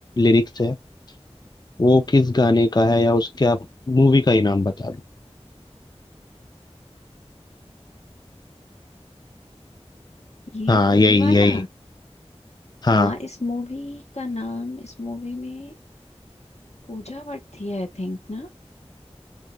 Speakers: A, on the left; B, on the left.
A: लिरिक्स है वो किस गाने का है या उसके आप मूवी का ही नाम बता दो
B: ये
A: हाँ यही
B: ये वाला
A: यही हाँ
B: आ, इस मूवी का नाम इस मूवी में पूजा भट्ट थी आई थिंक ना